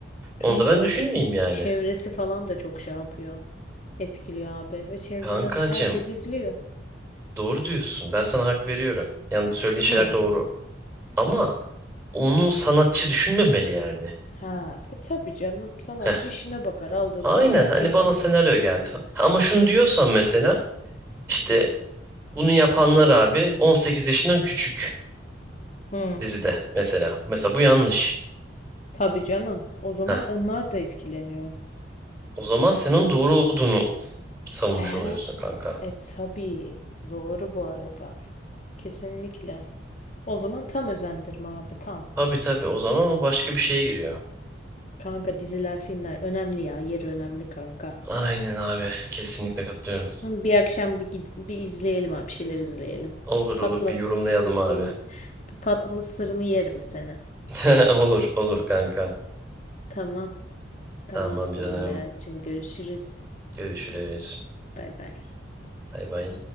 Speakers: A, on the right; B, on the left.
A: Onu
B: Kanka
A: da ben
B: ama
A: düşünmeyeyim
B: ge-
A: yani.
B: çevresi falan da çok şey yapıyor. Etkiliyor abi. Ve çevreden
A: Kankacığım
B: herkes izliyor.
A: doğru diyorsun. Ben sana hak veriyorum. Yani söylediğin şeyler
B: Hı.
A: doğru. Ama onu sanatçı düşünmemeli yani.
B: Ha. E tabii canım. Sanatçı
A: Heh.
B: işine bakar. Aldığı
A: Aynen
B: paraya
A: hani
B: gel.
A: bana senaryo geldi falan. Ha, Ama şunu diyorsan mesela işte bunu yapanlar abi 18 yaşından küçük
B: Hı.
A: dizide mesela. Mesela bu yanlış.
B: Tabii canım. O zaman
A: Heh.
B: onlar da etkileniyor.
A: O zaman senin doğru olduğunu s- savunmuş
B: He,
A: oluyorsun kanka.
B: e tabii. Doğru bu arada. Kesinlikle. O zaman tam özendirme abi tam.
A: Tabii tabii o zaman o başka bir şeye giriyor.
B: Kanka diziler, filmler önemli ya. Yeri önemli kanka.
A: Aynen abi kesinlikle katılıyorum.
B: Hı, Bir akşam bir, gid- bir izleyelim abi. Bir şeyler izleyelim.
A: Olur
B: Bir patlat.
A: olur bir yorumlayalım
B: Hı,
A: abi.
B: hı. Bir patlı sırrını yerim seni.
A: <laughs> Olur olur kanka.
B: Tamam. Tamam
A: Tamam
B: o zaman
A: canım.
B: Berat'cığım görüşürüz.
A: Görüşürüz.
B: Bay bay.
A: Bay bay.